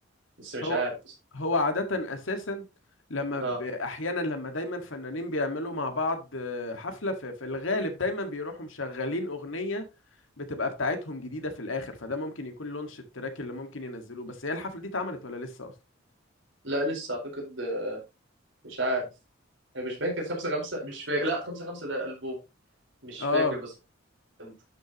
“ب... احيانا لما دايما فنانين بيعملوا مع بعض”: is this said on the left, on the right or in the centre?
Left